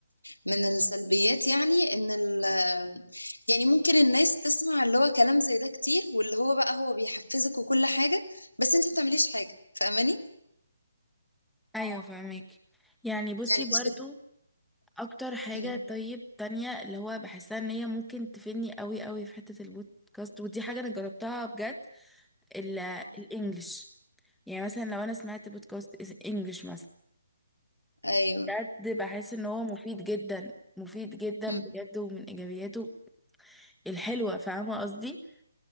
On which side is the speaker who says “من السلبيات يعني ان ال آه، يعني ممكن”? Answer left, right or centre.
Left